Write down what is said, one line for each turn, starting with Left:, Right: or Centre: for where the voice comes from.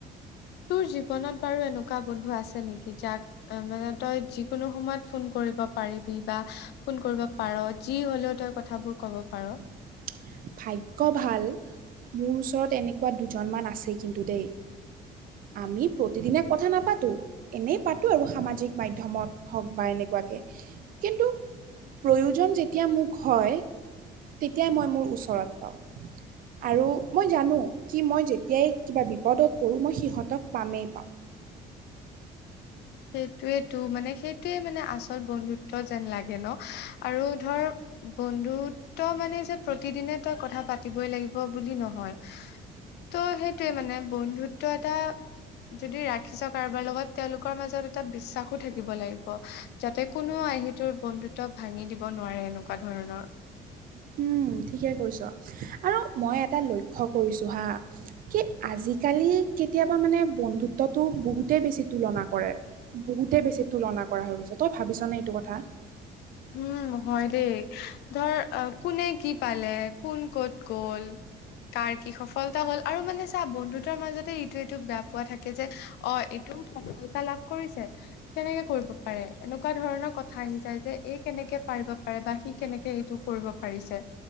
Left: তোৰ জীৱনত বাৰু এনেকুৱা বন্ধু আছে নেকি, যাক মানে তই যিকোনো সময়ত ফোন কৰিব পাৰিবি, বা ফোন কৰিব পাৰ যি হলেও তই কথাবোৰ ক'ব পাৰ।
Right: <unintelligible> ভাগ্য ভাল, মোৰ ওচৰত এনেকুৱা দুজনমান আছে কিন্তু দেই। আমি প্ৰতিদিনে কথা নাপাতো, এনেই পাতো আৰু সামাজিক মাধ্যমত হওঁক বা এনেকুৱা কিন্তু প্ৰয়োজন যেতিয়া মোক হয়, তেতিয়াই মই মোৰ ওচ ঘৰত পাওঁ। আৰু মই জানো, কি মই যেতিয়াই কিবা বিপদত পৰোঁ মই সিহঁতক পামেই পাম।
Left: সেইটোৱেটো মানে সেইটোৱে মানে আচল বন্ধুত্ব যেন লাগে ন, আৰু ধৰ বন্ধুত্ব মানে যে প্ৰতিদিনে তই কথা পাতিবই লাগিব বুলি নহয়। ত' সেইটোৱে মানে বন্ধুত্ব এটা যদি ৰাখিছ কাৰোবাৰ লগত তেওঁলোক মাজত এটা বিশ্বাসো থাকিব লাগিব যাতে কোনো আহিটোৰ বন্ধুত্ব ভাঙি দিব নোৱাৰে। এনেকুৱা ধৰণৰ,
Right: উম। ঠিকে কৈছ আৰু মই এটা লক্ষ্য কৰিছোঁ হাঁ, কি আজিকালি কেতিয়াবা মানে বন্ধুত্বটো বহুতে বেছি তুলনা কৰে, বহুতে বেছি তুলনা কৰা হৈ গৈছে। ত তই ভাবিছ নে এইটো কথা?
Left: উম হয় দেই ধৰ কোনে কি পালে কোন কত গল। কাৰ কি সফলতা হ'ল। আৰু মানে চা বন্ধুতৰ মাজতে এইটো সিটো বেয়া পোৱা থাকে, যে অ', এইটো সফলতা লাভ কৰিছে। কেনেকে কৰিব পাৰে, এনেকুৱা ধৰণৰ কথা আহি যায় যে এই কেনেকে পাৰিব পাৰে বা সি কেনেকে এইটো কৰিব পাৰিছে,